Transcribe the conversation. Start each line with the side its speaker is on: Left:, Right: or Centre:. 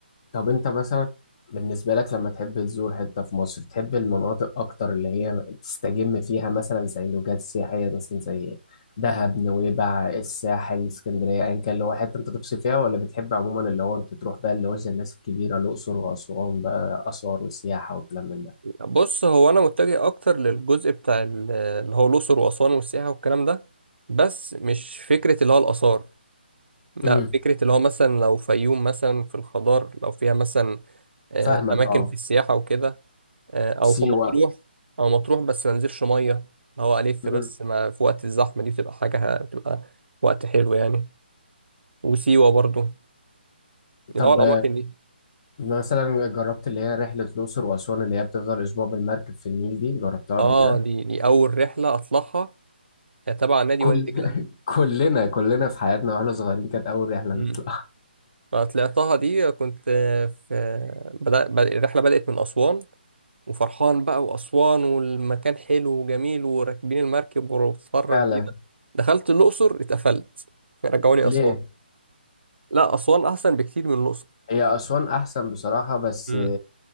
Left: طب انت مثلا بالنسبه لك لما تحب تزور حته في مصر تحب المناطق اكتر اللي هي تستجم فيها مثلا زي اللوجات السياحيه مثلا زي دهب نويبع الساحل اسكندريه ايا كان اللي هو حته انت تفصل فيها ولا بتحب عموما اللي هو انت تروح بقى اللي هو زي الناس الكبيره الاقصر واسوان بقى اثار وسياحه وكلام من ده
Right: بص هو انا متجه اكتر للجزء بتاع ال- اللي هو الاقصر واسوان والسياحه والكلام ده بس مش فكره اللي هو الاثار لا
Left: امم
Right: فكره اللي هو مثلا لو فيوم مثلا في الخضار لو فيها مثلا آه،
Left: فاهمك
Right: اماكن
Left: اه
Right: في السياحه وكده آه، او
Left: سيوه
Right: في مطروح او مطروح بس ما انزلش ميه اللي هو الف
Left: امم
Right: بس ما في وقت الزحمه دي بتبقى حاجه بتبقى وقت حلو يعني وسيوه برضو اللي
Left: طب
Right: هو الاماكن دي
Left: مثلا جربت اللي هي رحلة الأقصر وأسوان اللي هي بتفضل أسبوع بالمركب في النيل دي جربتها
Right: اه
Left: قبل كده
Right: دي دي اول رحله اطلعها آه، تبع نادي
Left: كل
Right: وادي
Left: <laughs> كلنا كلنا في حياتنا وإحنا صغيرين كانت أول رحلة
Right: دجله
Left: نطلعها
Right: أنا طلعتها دي كنت في بدأ... بدأ... الرحلة بدأت من أسوان وفرحان بقى وأسوان والمكان حلو وجميل وراكبين المركب وبتتفرج
Left: فعلا
Right: بيه ده دخلت الأقصر اتقفلت رجعوني
Left: ليه؟
Right: أسوان لا أسوان أحسن بكتير من الأقصر
Left: هي أسوان أحسن بصراحة بس
Right: امم